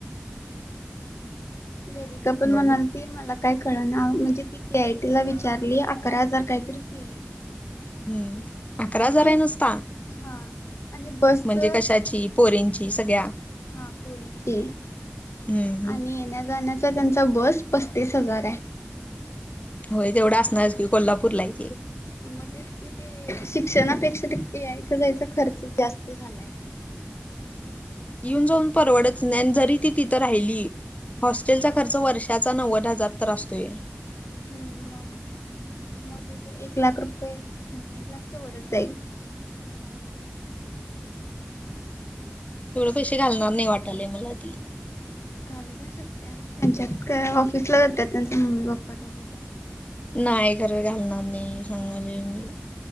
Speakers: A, on the left (about 85°); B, on the left (about 30°).
A: वेधिका पण
B: बघ
A: म्हणाल ती मला काय कळ ना म्हणजे, ती के आय टीला विचारली अकरा हजार काहीतरी फी आहे.
B: हम्म. अकरा
A: आणि
B: हजार आहे नुसता
A: हां आणि, बसं
B: म्हणजे कशाची पोरींची सगळ्या
A: हा पोरींचे.
B: हम्म
A: आणि येण्या जाण्याचा त्यांचा, बस पस्तीस हजार हाय.
B: होय तेवढं असणार की, कोल्हापूरलाय ती.
A: मग तेच की ते, शिक्षणापेक्षा ते याय जायचा खर्च जास्त झालायं.
B: येऊन जाऊन परवडत नाही, जरी ती तिथं राहिली. हॉस्टेलचा खर्च वर्षाचा नव्वद हजार तर असतोय.
A: हम्म मग मग तिथं एक लाख रुपये, एक लाखच्या वरच जाईल.
B: तेवढं पैसे घालणार नाही वाटालय मला ती.
A: घालू पण शकत्या, तेच्यात काय ऑफिसला जात्यात त्यांच मम्मी पप्पा दोघं पण.
B: नाही खर घालणार नाही, सांगालोय मी.